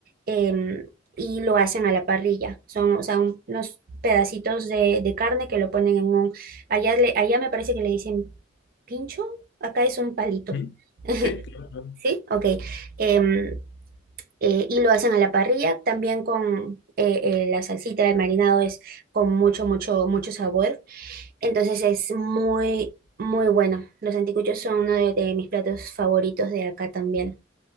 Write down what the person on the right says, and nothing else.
em, y lo hacen a la parrilla. Son, o sea, un- unos pedacitos de, de carne que lo ponen en un... Allá, le- allá me parece que le dicen pincho, acá es un palito.
<laughs>
¿Sí? Ok. Em, eh, y lo hacen a la parrilla, también con eh, eh, la salsita, el marinado es con mucho, mucho, mucho sabor. Entonces es muy, muy bueno. Los anticuchos son uno de, de mis platos favoritos de acá también.